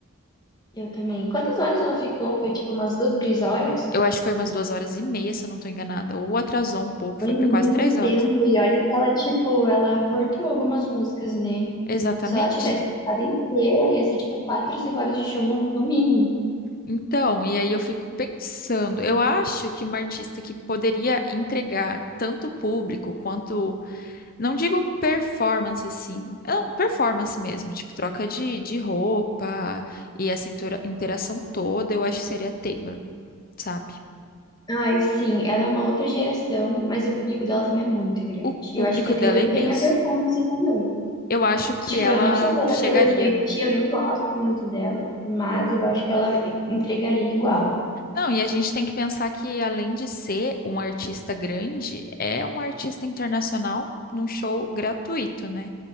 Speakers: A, on the left; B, on the left.
A: Eu também. Quantas horas ela ficou? Foi, tipo, umas duas, três horas?
B: Eu acho que foi umas duas horas e meia, se eu não tô enganada. Ou atrasou um pouco,
A: Foi
B: foi
A: muito
B: pra quase três horas.
A: tempo, e olha que ela, tipo, ela cortou algumas músicas, né?
B: Exatamente.
A: Se ela tivesse tocado inteira, ia ser, tipo, quatro, cinco horas de show no, no mínimo.
B: Então, e aí eu fico pensando, eu acho que uma artista que poderia entregar tanto o público quanto Não digo performance assim, não, performance mesmo, tipo troca de, de roupa e essa intura- interação toda, eu acho que seria a Taylor, sabe?
A: Ai, sim, ela é uma outra geração, mas o público dela também é muito grande.
B: O
A: E
B: público
A: Eu acho que a Taylor
B: dela é imenso.
A: tem a performance também.
B: Eu acho que
A: Tipo,
B: ela
A: eu não sou fã da
B: chegaria
A: Taylor Swift,
B: no.
A: eu nem gosto muito dela, mas eu acho que ela entregaria igual.
B: Não, e a gente tem que pensar que além de ser um artista grande, é um artista internacional num show gratuito, né?